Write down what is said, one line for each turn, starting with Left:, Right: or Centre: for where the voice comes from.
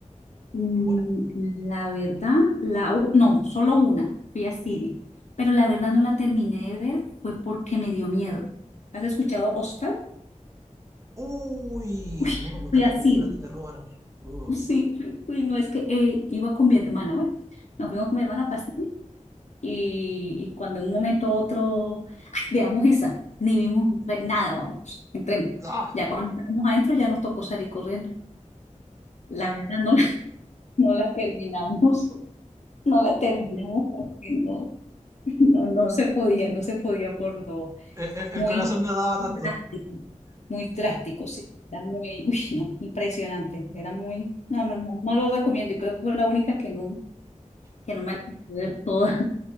Left: Mm,
Right: ¿Ninguna?
Left: la verdad, la, u- no, solo una, fui a cine, pero la verdad no la terminé de ver, fue porque me dio miedo. ¿Has escuchado Hostal?
Right: Uy,
Left: Uy,
Right: no me gustan
Left: fui a
Right: las películas
Left: cine.
Right: de terror. Uh.
Left: Sí, fui, fui, no es que eh, iba con mi hermana. Bueno, nos fuimos con mi hermana para cine y, y cuando en un momento u otro, "Ay, veamos esa, ni vimos otra, nada, vamos, entremos.
Right: ¡Ah!
Left: Ya cuando estamos adentro ya nos tocó salir corriendo. La verdad no la, <laughs> no la terminamos, no la terminamos porque no, no, no se podía, no se podía por lo
Right: eh, eh, el
Left: Muy,
Right: corazón no daba tanto.
Left: drástico, muy drástico, sí. Era muy, uy, no, impresionante. Era muy, no, no, no, no lo recomiendo y creo que fue la única que no, que no me alcanzó a ver toda.